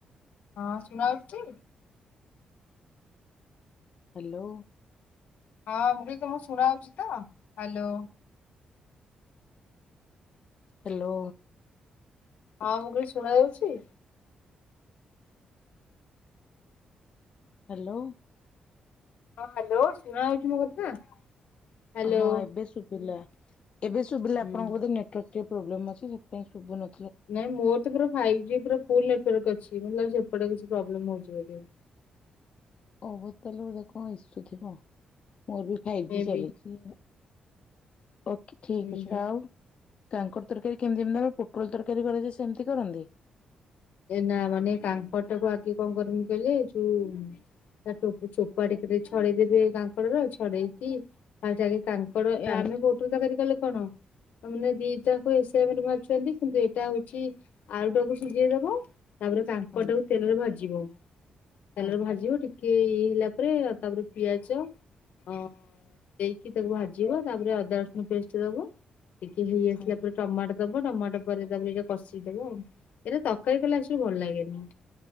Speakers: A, on the left; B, on the left.
A: ହଁ ଶୁଣା ଯାଉଛି?
B: ହାଲୋ
A: ହଁ ମୁଁ କହିଲି ତମକୁ ଶୁଣା ଯାଉଛି ତ? ହାଲୋ
B: ହ୍ୟାଲୋ
A: ହଁ ମୁଁ କହିଲି ଶୁଣା ଯାଉଛି।
B: ହ୍ୟାଲୋ
A: ହଁ ହ୍ୟାଲୋ ଶୁଣା ଯାଉଚି ମୋ କଥା। ହ୍ୟାଲୋ
B: ହଁ ଏବେ ଶୁଭିଲା। ଏବେ ଶୁବିଲା
A: ହୁଁ।
B: ଆପଣଙ୍କ ବୋଧେ ନେଟୱାର୍କ ଟି ପ୍ରୋବ୍ଲେମ୍ ଅଛି ସେଥିପାଇଁ ଶୁବୁନ
A: ନାଇଁ ମୋର ତ ପୁରା ଫାଇଫ ଜି ପୁରା ଫୁଲ ନେଟୱର୍କ ଅଛି। ମୋତେ ଲାଗୁଛି ଏପଟେ କିଛି ପ୍ରୋବ୍ଲେମ ହଉଛି ବୋଧେ।
B: ଓ ହୋ ତାହେଲେ ବୋଧେ କଣ ଇସୁ ଥିବ। ମୋର ବି ଫାଇଭ୍
A: ମେ
B: ଜି ଚାଲିଛି।
A: ବି
B: ଓକେ ଠିକ
A: ହୁଁ
B: ଅଛି
A: ହୁଁ
B: ଆଉ କାଙ୍କଡ ତରକାରୀ କେମିତି ଏମିତି ଦ ପୋଟଲ ତରକାରୀ କରାଯାଏ ସେମିତି କରନ୍ତି?
A: ଏ ନା ମାନେ କାଙ୍କଡ଼ ଟାକୁ ଆଗେ କଣ କରନ୍ତି କହିଲେ ଯୋଉ ତା ଟୋ ଚୋପା ଟିକେ ଟିକେ ଛଡେଇଦେବେ କାଙ୍କଡର ଛଡେଇକି ଫାଷ୍ଟ ଆଗେ କାଙ୍କ ଙ୍କଡ଼
B: କାଙ୍କ
A: ଆମେ ପୋଟଳ ତରକାରୀ କଲେ କଣ ମାନେ ଦିଟାକୁ ଏସ ଏମ ଏଇ ବାରୁଛନ୍ତି କିନ୍ତୁ ଏଇଟା ହଉଛି ଆଳୁଟାକୁ ସିଝେଇ ଦବ ତାପରେ କାଙ୍କଟାକୁ
B: ହଁ
A: ତେଲରେ ଭଜା ଯିବ ତେଲରେ
B: ହଁ ହଁ
A: ଭାଜିବ ଟିକେ ଜିଲା ପରେ ତାପରେ ପିଆଜ ଅ ଦେଇକି ତାକୁୁ ଭାଜି ଜିବ ତାପରେ ଅଦା ରସୁଣ ପେଷ୍ଟ ଦବ ଟିକେ ହେଇ ଆସିଲା
B: ହଁ।
A: ପରେ ଟମାଟୋ ଦବ ଟମାଟୋ ପରେ ତାପରେ ଏଟା କଷିଦବ ଆଉ। ଏଇଟା ତ ରକାରୀ କଲେ ଆକ୍ଚୁଆଲି ଭଲ ଲାଗେନି।